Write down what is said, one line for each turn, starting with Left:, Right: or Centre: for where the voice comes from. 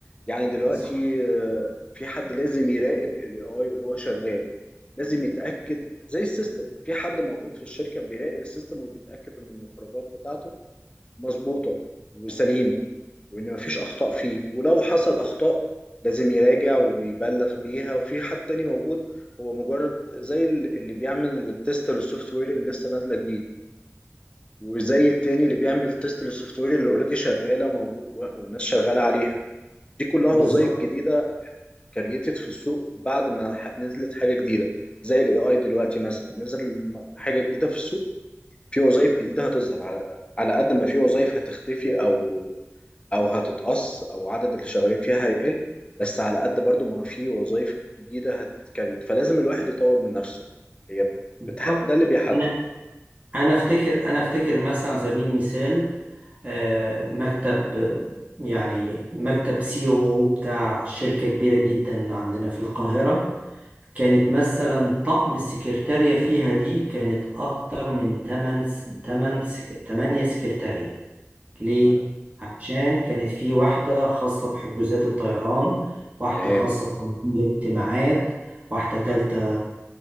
Left: يعني دلوقتي
Right: بالظبط
Left: آه، في حد لازم يراقب الاي اي وهو شغال لازم يتاكد زي السيستم في حد موجود في الشركه بيراقب السيستم وبيتاكد ان المخرجات بتاعته مظبوطه وسليمه وان مفيش اخطاء فيه ولو حصل اخطاء لازم يراجع ويبلغ بيها وفي حد تاني موجود هو مجرد زي ال- اللي بيعمل تيست للسوفت وير اللي لسه نازله جديد وزي التاني اللي بيعمل تيست للسوفت وير اللي اوريدي شغاله موجود والناس شغاله عليها دي كلها
Right: بالظبط
Left: وظائف جديدة كريتد في السوق بعد ما ح- نزلت حاجه جديده زي الاي اي دلوقتي مثلا نزل م- حاجه جديده في السوق في وظائف جديده هتظهر على على قد ما في وظائف هتختفي او او هتتقص او عدد اللي شغالين فيها هيقل بس على قد برضو ما في وظائف جديده هتكريت فلازم الواحد يطور من نفسه هي
Right: بالظبط
Left: بتح... ده اللي بيحدد
Right: انا انا افتكر انا افتكر مثلا على سبيل المثال آه، مكتب يعني مكتب سي او بتاع شركة كبيرة جدا عندنا في القاهرة كانت مثلا طقم السكرتارية فيها دي كانت أكتر من 8 8 8 سكرتارية ليه؟
Left: آه،
Right: عشان كانت في واحدة خاصة بحجوزات الطيران واحدة
Left: تمام
Right: خاصة بتنظيم الاجتماعات واحدة تالتة